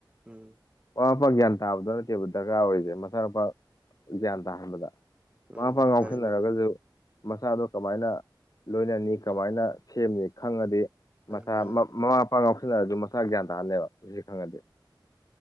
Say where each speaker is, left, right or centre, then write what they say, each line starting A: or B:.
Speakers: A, on the right; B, on the left.
A: ꯎꯝ
B: ꯃꯃꯥ ꯃꯄꯥ ꯒ꯭ꯌꯥꯟ ꯇꯥꯕꯗꯣ ꯅꯠꯇꯦꯕ ꯗꯔꯀꯥꯔ ꯑꯣꯏꯔꯤꯖꯦ ꯃꯆꯥꯥ ꯅꯨꯄꯥ ꯒ꯭ꯌꯥꯟ ꯇꯥꯍꯟꯕꯗ
A: ꯎꯝ
B: ꯃꯃꯥ ꯃꯄꯥ ꯉꯥꯎꯁꯟꯅꯔꯒꯖꯨ
A: ꯃꯥꯅꯤ ꯃꯥꯅꯤ
B: ꯃꯆꯥꯗꯣ ꯀꯃꯥꯏꯅ ꯂꯣꯏꯅꯅꯤ ꯀꯃꯥꯏꯅ ꯁꯦꯝꯅꯤ ꯈꯪꯉꯗꯤ
A: ꯃꯥꯅꯤ
B: ꯃꯆꯥ
A: ꯃꯥꯅꯤ
B: ꯃ ꯃꯃꯥ ꯃꯄꯥ ꯉꯎꯁꯟꯅꯔꯖꯨ ꯃꯆꯥ ꯒ꯭ꯌꯥꯟ ꯇꯥꯅꯦꯕ ꯃꯁꯤ ꯈꯪꯉꯗꯤ